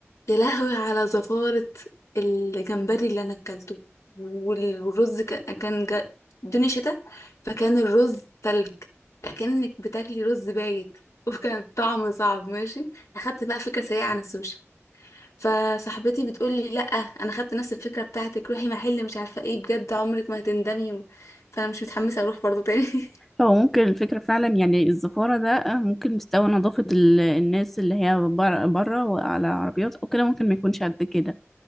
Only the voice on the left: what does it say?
يا لهوي على زفاره الجمبري اللي انا اكلته وال- والرز كان كان جا... الدنيا شتاء فكان الرز تلج كأنك بتاكلي رز بايت <laughs> وكان طعمه صعب ماشي اخدت بقى فكره سيئه عن السوشي فصاحبتي بتقول لي لا انا خدت نفس الفكره بتاعتك روحي محل مش عارفه ايه بجد عمرك ما هتندمي فانا مش متحمسه اروح برضو تاني <laughs>